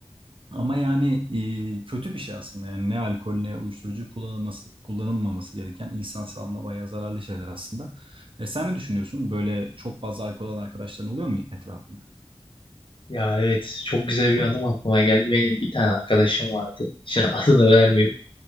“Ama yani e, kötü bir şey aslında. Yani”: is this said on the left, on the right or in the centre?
Right